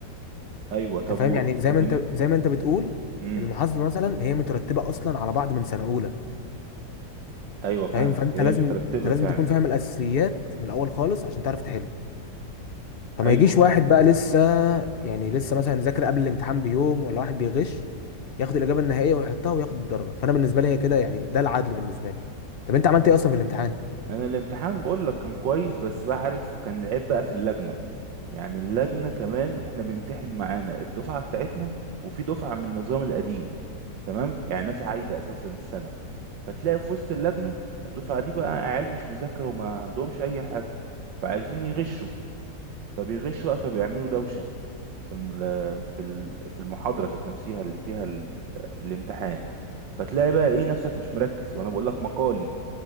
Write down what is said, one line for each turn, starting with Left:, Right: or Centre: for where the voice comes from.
Right: ايوه طب
Left: انت فاهم
Right: و...
Left: يعني
Right: وبن...
Left: زي ما انت زي ما انت بتقول
Right: مم.
Left: المحاسبه مثلا هي مترتبه اصلا على بعض من سنه اولى
Right: ايوه فاهمك
Left: فاهم فانت
Right: هي
Left: لازم
Right: مترتبه
Left: انت لازم
Right: فعلا
Left: تكون فاهم الاساسيات من الاول خالص عشان تعرف تحل فما
Right: ايوه
Left: يجيش واحد بقى لسه يعني لسه مثلا ذاكر قبل الامتحان بيوم ولا واحد بيغش ياخد الاجابه النهائيه ويحطها وياخد الدرجه فانا بالنسبه لي هي كده يعني ده العدل بالنسبه لي طب انت عملت ايه اصلا في الامتحان
Right: انا الامتحان بقول لك كان كويس بس بعرف كان العيب بقى في اللجنه يعني اللجنه كمان احنا بيمتحن معانا الدفعه بتاعتنا وفي دفعه من النظام القديم تمام يعني ناس عايده اساسا السنه فتلاقي في وسط اللجنه الدفعه دي بقى عيال مش مذاكره وما عندهمش اي حاجه فعايزين يغشوا فبيغشوا بقى فبيعملوا دوشه في الم- في ال- في المحاضرة ذات نفسها اللي فيها ال- الامتحان فتلاقي بقى ايه نفسك مش مركز وانا بقول لك مقالي